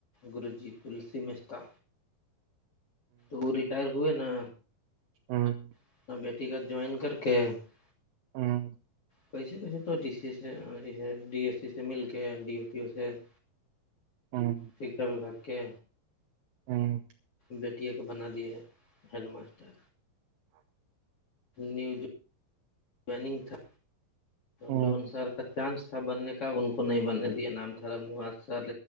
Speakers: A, on the left; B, on the right.
A: گروجی تلسی مستتا وہ ریٹائر ہوئے نا
B: ہاں <unintelligible>
A: اپنا بیٹی کا جوائن کر کے <unintelligible>
B: ہاں <unintelligible>
A: کیسے کیسے تو ڈی سی ا سے ہے ڈی ایس سی سے مل کے ڈی او پی او سے <unintelligible>
B: ہاں <unintelligible>
A: شکھا وباگ کے
B: ہوں <unintelligible>
A: بیٹٹیے کے بنا دیے ہیڈ ماسٹر نیو جونگ تھا
B: ہوں
A: جو ان سار کا چانس تھا تھا بننے کا ان کو نہیں بننے دیا نام تھا ر نواس سر